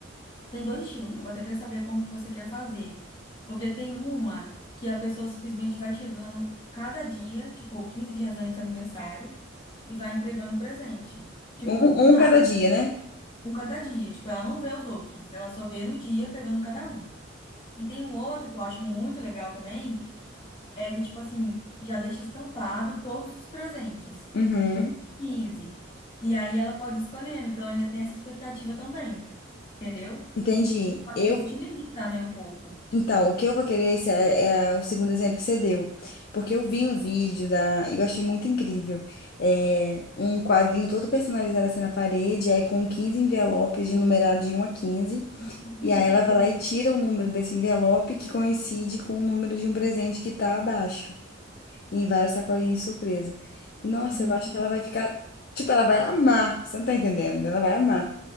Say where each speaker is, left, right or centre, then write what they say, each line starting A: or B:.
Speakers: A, on the left (about 25°); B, on the left (about 50°).
A: Tem dois estilos, né? Eu vou até querer saber como que você quer fazer. Porque tem uma que a pessoa simplesmente vai chegando cada dia, tipo, 15 dias antes do aniversário, e vai entregando presente. Tipo,
B: Um,
A: do nada,
B: um cada dia, né?
A: um cada dia. Tipo, ela não vê os outros, ela só vê no dia pegando cada um. E tem um outro que eu acho muito legal também, é que, tipo assim, já deixa estampado todos os presentes.
B: Uhum,
A: Tipo, 15. E aí ela pode ir escolhendo, então ainda tem essa expectativa também. Entendeu?
B: entendi.
A: Só
B: Eu,
A: que Isso te limita, né, um pouco.
B: então, o que eu vou querer esse é, é o segundo exemplo que você deu. Porque eu vi um vídeo da. Eu achei muito incrível. É, um quadrinho todo personalizado assim na parede, aí com 15 envelopes de numerado de um a quinze
A: Ai, que
B: E
A: bonitinho.
B: aí ela vai lá e tira o número desse envelope que coincide com o número de um presente que tá abaixo. Em várias sacolinhas de surpresa. Nossa,
A: Uhum.
B: eu acho que ela vai ficar. Tipo, ela vai amar. Você não tá entendendo? Ela vai amar.